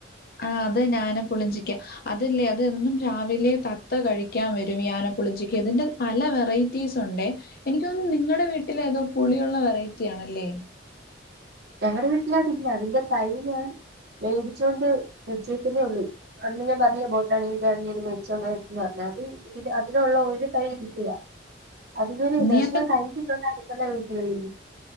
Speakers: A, on the left; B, on the right.
A: ആഹ അത് തന്നെ ആനപുളിഞ്ചിക്കാ അതല്ലേ അതെന്നും രാവിലെ തത്ത കഴിക്കാൻ വരുംഈ ആനപ്പുളിഞ്ചിക്ക ഇതിന്റ പല വെറൈറ്റീസ് ഉണ്ട് എനിക്ക്തോന്നുന്നു നിങ്ങളുടെ വീട്ടിലേഏതോ പുളിയുള്ള വെറൈറ്റി ആണല്ലേ
B: ഞങ്ങടെ വീട്ടില് അതില്ല അതിന്റെ തൈ ഞാൻ മേടിച്ചുകൊണ്ട് വെച്ചേക്കുന്നതേ ഉള്ളു അന്ന് ഞാൻ പറഞ്ഞേ ബോട്ടാണ്ണീന് മേടിച്ച വെച്ചാന്ന് പറഞ്ഞാൽഅത് ഇതിന് അതിനുള്ള ഒരു തൈ കിട്ടിയ അതിന്റെ ഒരു
A: നീ
B: കഷ്ണം
A: അപ്പം
B: കഴിച്ചിട്ടുണ്ട് അടുത്തുള്ള വീട്ടുകളിൽ